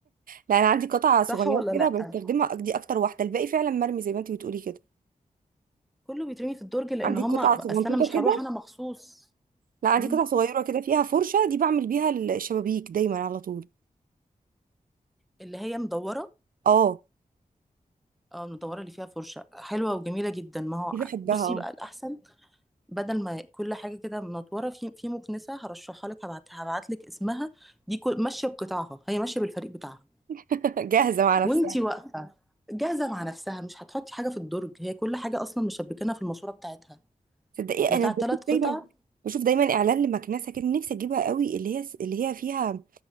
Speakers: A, on the right; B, in the centre.
A: لا انا عندي قطعه صغيره
B: صح ولا
A: كده
B: لا
A: بستخدمها دي اكتر واحده الباقي فعلا مرمي زي ما انت بتقولي كده
B: كله بيترمي في الدرج لان
A: عندي
B: هم
A: قطعه
B: اصل
A: صغنطوطه
B: انا مش
A: كده
B: هروح انا مخصوص
A: لا عندي
B: مم.
A: قطعه صغيره كده فيها فرشه دي بعمل بيها ال- الشبابيك دايما على طول
B: اللي هي مدوره
A: اه
B: اه المدوره اللي فيها فرشه حلوه وجميله جدا ما هو
A: دي بحبها
B: بصي
A: اه
B: بقى الاحسن بدل ما كل حاجه كده منطوره في في مكنسه هرشحها لك هبعت هبعت لك اسمها دي كل ماشيه بقطاعها هي ماشيه بالفريق بتاعها
A: <laughs> جاهزه مع نفسها
B: وانتي واقفه جاهزه مع نفسها مش هتحطي حاجه في الدرج هي كل حاجه اصلا مشبكينها في الماسوره بتاعتها
A: تصدقي
B: بتاع
A: انا بشوف
B: ثلاث قطع
A: دايما بشوف دايما اعلان لمكنسه كده نفسي اجيبها قوي اللي هي اللي هي فيها